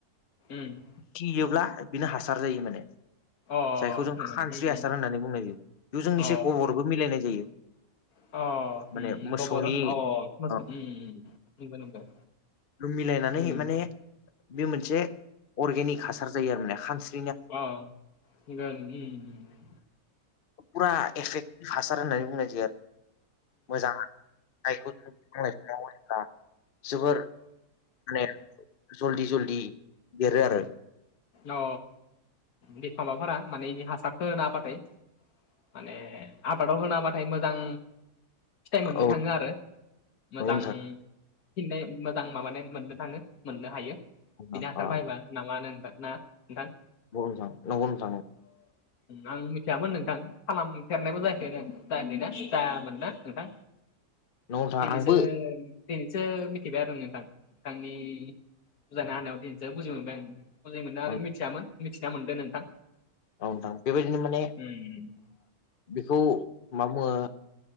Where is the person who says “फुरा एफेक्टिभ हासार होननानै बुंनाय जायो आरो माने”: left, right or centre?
Left